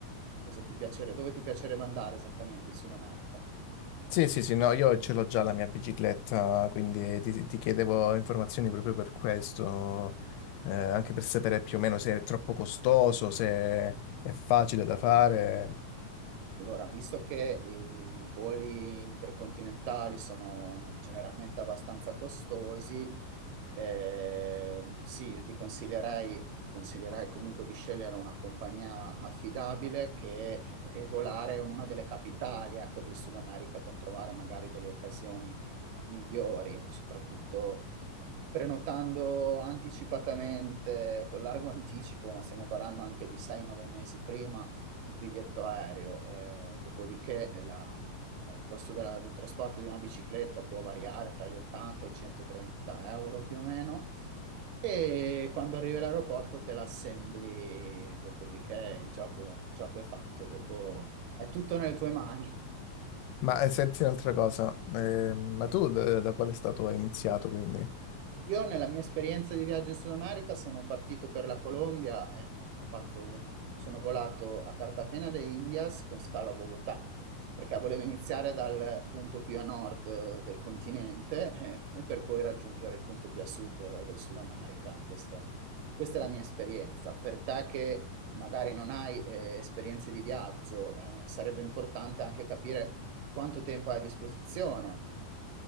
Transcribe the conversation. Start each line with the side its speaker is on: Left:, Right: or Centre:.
Right: cosa ti piacerebbe, dove ti piacerebbe andare esattamente in Sud America?
Left: Sì, sì, sì, no, io ce l'ho già la mia bicicletta, quindi ti, ti chiedevo informazioni proprio per questo, eh, anche per sapere più o meno se è troppo costoso, se è facile da fare.
Right: Allora, visto che i voli intercontinentali sono generalmente abbastanza costosi, eh, sì, io ti consiglierei, consiglierei comunque di scegliere una compagnia affidabile che, eh, e volare in una delle capitali, ecco, del Sud America per trovare magari delle occasioni migliori, soprattutto prenotando anticipatamente, con largo anticipo, ma stiamo parlando anche di 6-9 mesi prima il biglietto aereo, eh, dopodiché eh, la- il costo della- del trasporto di una bicicletta può variare tra gli 80 e i 130 euro più o meno. E quando arrivi all'aeroporto te l'assembli, dopodiché il gioco, il gioco è fatto, dopo è tutto nelle tue mani.
Left: Ma eh, senti un'altra cosa, eh, ma tu da, da quale stato hai iniziato quindi?
Right: Io nella mia esperienza di viaggio in Sud America sono partito per la Colombia, eh, ho fatto- sono volato a Cartagena de Indias con scalo a Bogotà, perché volevo iniziare dal punto più a nord eh, del continente eh, e per poi raggiungere il punto più a sud eh, del Sud America. Questo- questa è la mia esperienza. Per te che magari non hai eh, esperienze di viaggio, eh, sarebbe importante anche capire quanto tempo hai a disposizione